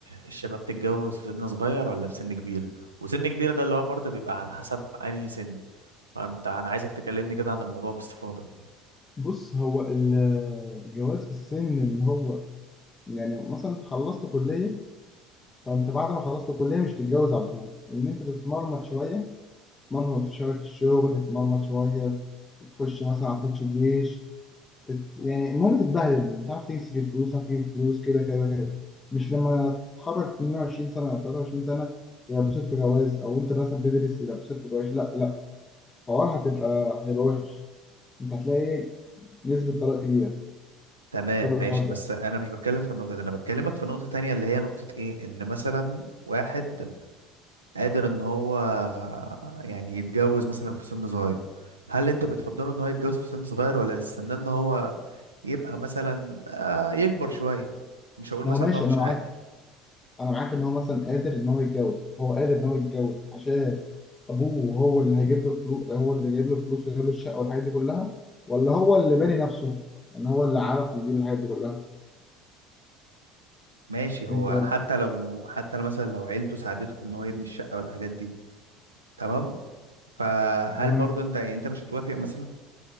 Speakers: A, on the right (about 80°); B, on the left (about 20°).
A: الشباب تتجوز في سن صغير ولا في سن كبير وسن كبير ده اللي هو برضه بيبقى على حسب انهي سن فانت انا عايزك تكلمني كده عن الموضوع باستفاضه
B: بص هو ال- الجواز في السن اللي هو يعني مثلا انت خلصت كليه فانت بعد ما خلصت الكليه مش تتجوز على طول ان انت تتمرمط شويه تتمرمط شوية في الشغل تتمرمط شوية تخش مثلا على تخش الجيش تت... يعني المهم تتبهدل مش عارف تمسك الفلوس مش عارف تجيب الفلوس كده كده كده مش لما تتخرج 22 سنة أو 23 سنة يلبسوك في جواز أو أنت مثلا بتدرس يلبسوك في جواز لا لا الحوار هتبقى هيبقى وحش أنت هتلاقي نسبة طلاق كبيرة
A: تمام
B: بسبب
A: ماشي
B: الحوار ده
A: بس انا مش بتكلم في النقطه دي انا بكلمك في نقطه تانية اللي هي نقطه ايه ان مثلا واحد قادر ان هو يعني يتجوز مثلا في سن صغير هل انت بتفضله ان هو يتجوز في سن صغير ولا استنى ان هو يبقى مثلا آه، يكبر شوية مش هقول
B: ما
A: مثلا
B: هو ماشي
A: ان هو مش
B: أنا معاك
A: عاقل
B: أنا معاك إن هو مثلا قادر إن هو يتجوز هو قادر إن هو يتجوز عشان ابوه هو اللي هيجيب له فلوس هو اللي جايب له فلوس ويجيب له الشقه والحاجات دي كلها ولا هو اللي باني نفسه ان هو اللي عرف يجيب الحاجات دي كلها
A: ماشي هو
B: انت
A: حتى لو حتى لو مثلا لو عيلته ساعدته في ان هو يبني الشقة والحاجات دي تمام فهل
B: تمام
A: برضو انت يعني انت مش هتوافق مثلا